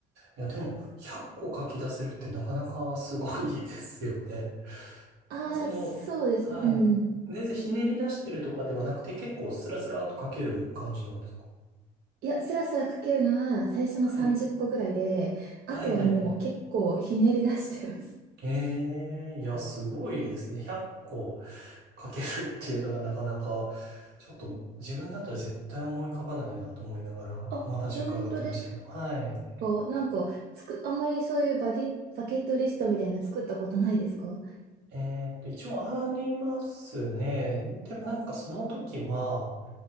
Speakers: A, on the right; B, on the right.
A: いや、でも、100個書き出せるってなかなかすごいですよね。
B: ああ、
A: その、
B: そうです。
A: はい。
B: うん。
A: 全然ひねり出してるとかではなくて、結構スラスラっと書ける感じなんですか
B: いや、スラスラ書けるのは最初の30個ぐらいで、
A: はい。
B: あとはもう結構ひねり出してます。
A: はいはいはい。ええいや、すごいですね。100個かけるっていうのがなかなか、ちょっと自分だったら絶対思い浮かばないなと思いながらお話伺ってましたけど。
B: <laughs> あ、本当です
A: はい。
B: かなんか、つく、あんまりそういうバゲ、バケットリストみたいな作ったことないですか
A: えっと、一応ありますね。でもなんかその時は、